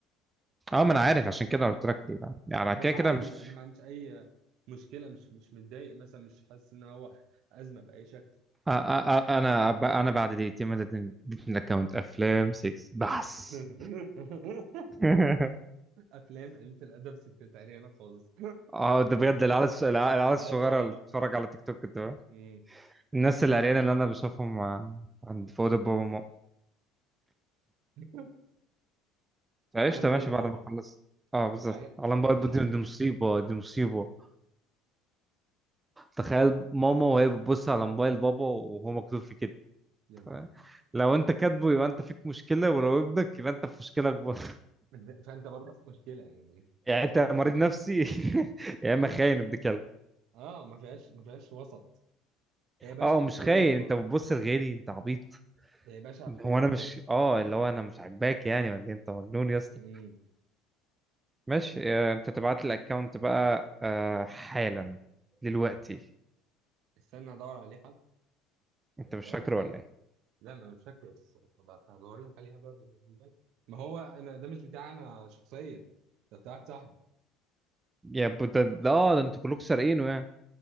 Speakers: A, on the right; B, on the right.
A: اه ما انا عارف عشان كده قلت لك ال- يعني
B: بس
A: على كده كده
B: عادي
A: مش
B: انا ما عنديش اي مشكله مش مش متضايق مثلا مش حاسس ان هو ازمه باي شكل
A: آ- آ- آ- انا ب- انا بعد دقيقتين ما اديتني اديتني الاكونت افلام 6 بس
B: <laughs>
A: <laughs>
B: افلام قليله الادب ستات علينا خالص
A: اه ده بجد العيال الص- الع- العيال
B: <laughs>
A: الصغيره
B: عيال صغيره
A: اللي بتتفرج على تيك توك ده
B: مم.
A: الناس العريانه اللي انا بشوفهم آه، عند في اوضه بابا وماما
B: <laughs>
A: فعشت
B: على موبايل
A: ماشي بعد
B: بابا
A: ما خلصت اه بالظبط
B: حاجه
A: على موبايل
B: الحاجه
A: بابا دي دي مصيبه دي مصيبه تخيل ماما وهي بتبص على موبايل بابا وهو مكتوب فيه كده
B: يا نهار
A: تمام؟ لو انت كاتبه يبقى انت فيك مشكله ولو ابنك يبقى انت في مشكله اكبر
B: أبيض. فانت برضه في مشكله يعني
A: <laughs> يعني انت مريض نفسي <laughs> يا اما خاين ابن كلب
B: اه ما فيهاش ما فيهاش وسط هي بشعه
A: اه هو مش
B: بكل
A: خاين
B: الطرق
A: انت بتبص لغيري انت عبيط
B: هي بشعه بكل
A: هو
B: الطرق
A: انا مش اه اللي هو انا مش عاجباك يعني ولا إيه؟ انت مجنون يا اسطى
B: امم
A: ماشي آه، انت تبعت لي الاكونت بقى آه، حالا دلوقتي
B: استنى ادور عليه حد
A: انت
B: بقول
A: مش فاكره
B: لك على
A: ولا ايه
B: لا ما انا مش فاكره بس هدور لك عليها بقى بالموبايل. ما هو انا ده مش بتاع انا شخصيا ده بتاع واحد صاحبي
A: يا ب- ده ده- اه ده انتوا كلكم سارقينه يعني